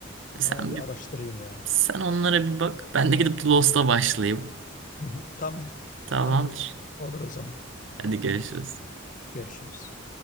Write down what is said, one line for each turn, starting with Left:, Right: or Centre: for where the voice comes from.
Right: E Sen
Left: Ama bir
Right: bir,
Left: araştırayım yani.
Right: sen onlara bir bak. Ben de gidip The Lost'a başlayayım.
Left: Hı hı, Tamam.
Right: Tamamdır.
Left: Tamam. Olur o zaman.
Right: Hadi görüşürüz.
Left: Görüşürüz.